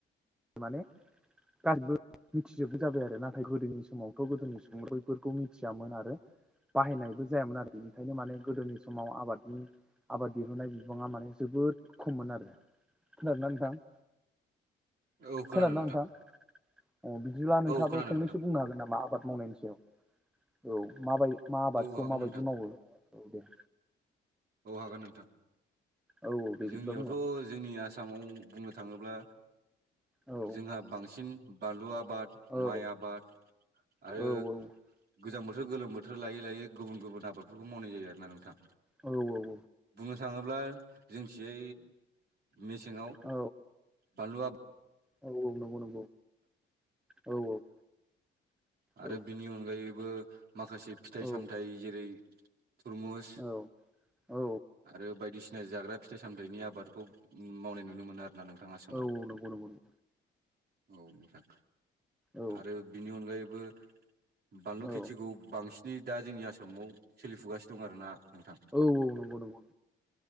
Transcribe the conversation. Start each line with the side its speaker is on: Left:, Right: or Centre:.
Centre: माने गासिबो मिथिजोबबो जाबाय आरो नाथाय गोदोनि समाव गोदोनि सुबुं बैफोरखौ मिथियामोन आरो बाहायनायबो जायामोन आरो बेनिखायनो माने गोदोनि समाव आबादनि आबाद दिहुननाय बिबाङा माने जोबोद खममोन आरो खोनादोंना नोंथां?
Right: औ खोनादों
Centre: खोनादोंना नोंथां अ बिदिब्ला नोंथाङाबो
Right: औ खोनादों
Centre: फंनैसो
Right: नोंथां
Centre: बुंनो हागोन नामा आबाद मावनायनि सायाव? औ माबाय मा आबादखौ
Right: औ हागोन
Centre: माबायदि
Right: नोंथां
Centre: मावो औ दे
Right: औ हागोन नोंथां
Centre: औ औ दे
Right: जोंनियावथ'
Centre: बिदिबा बुंलाय
Right: जोंनि आसामाव बुंनो थाङोब्ला
Centre: औ
Right: जोंहा बांसिन बानलु आबाद
Centre: औ
Right: माइ आबाद आरो
Centre: औ औ
Right: गोजां बोथोर गोलोम बोथोर लायै लायै गुबुन गुबुन आबादफोरखौ मावनाय जायो आरोना नोंथां
Centre: औ औ
Right: बुंनो थाङोब्ला जोंथियै मेसेङाव
Centre: औ
Right: बानलुआ
Centre: औ -औ नंगौ -नंगौ। औ औ।
Right: आरो
Centre: औ
Right: बेनि अनगायैबो माखासे फिथाइ
Centre: औ
Right: -सामथाइ जेरै तुरमुस
Centre: औ औ
Right: आरो बायदिसिना जाग्रा फिथाइ -सामथायनि आबादखौ मावनाय नुनो मोनो आरो। ना नोंथां आसामाव
Centre: औ नंगौ नंगौ नंगौ
Right: औ नोंथां
Centre: औ
Right: आरो बिनि अनगायैबो बानलु
Centre: औ
Right: खेथिखौ बांसिन नै दा जोंनि आसामाव सोलिफुगासिनो दं आरोना नोंथां।
Centre: औ औ नंगौ नंगौ।